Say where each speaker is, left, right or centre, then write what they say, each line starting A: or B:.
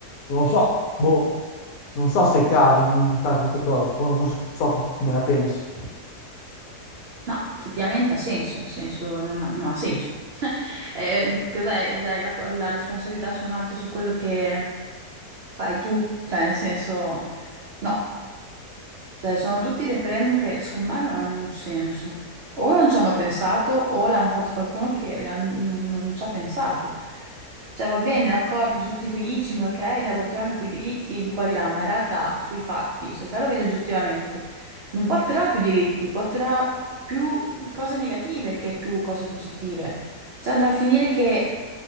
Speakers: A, on the left; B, on the right.
A: non lo so, boh. Non so se è il caso di, di fare queste cose, poi non so se, so tu come la pensi.
B: No, effettivamente ha senso, nel senso non ha, non ha senso. Eh, cos'è? Dai la, la responsabilità su un altro, su quello che fai tu, cioè nel senso no. Cioè, sono tutti referendum che secondo me non hanno un senso. O non ci hanno pensato, o l'hanno fatto qualcuno che real- non, non ci ha pensato. Cioè, va bene, d'accordo, tutti felici, ma perché i lavoratori hanno più diritti di qua e di là, ma in realtà, sui fatti, se te lo vedi oggettivamente, non porterà più diritti, porterà più cose negative che più cose positive. Cioè, andrà a finire che